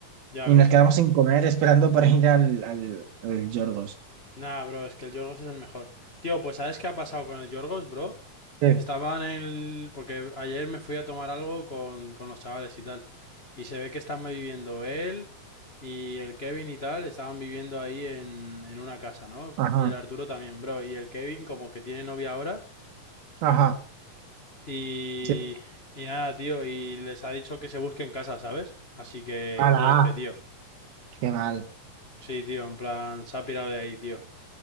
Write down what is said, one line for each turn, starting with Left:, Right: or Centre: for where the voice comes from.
Left: Ya
Right: Y
Left: ves.
Right: nos quedamos sin comer esperando para ir al, al, al Yorgos.
Left: Nah, bro, es que el Yorgos es el mejor. Tío, pues ¿sabes qué ha pasado con el Yorgos, bro?
Right: Sí.
Left: Estaba en el... Porque ayer me fui a tomar algo con, con los chavales y tal. Y se ve que están viviendo él y el Kevin y tal, estaban viviendo ahí en, en una casa, ¿no?
Right: Ajá,
Left: Y el Arturo también, bro. Y el Kevin como que tiene novia ahora.
Right: ajá.
Left: Y...
Right: Sí.
Left: Y nada, tío, y les ha dicho que se busquen casa, ¿sabes? Así que
Right: A la
Left: todo F,
Right: A.
Left: tío.
Right: Qué mal.
Left: Sí, tío, en plan, se ha pirado de ahí, tío.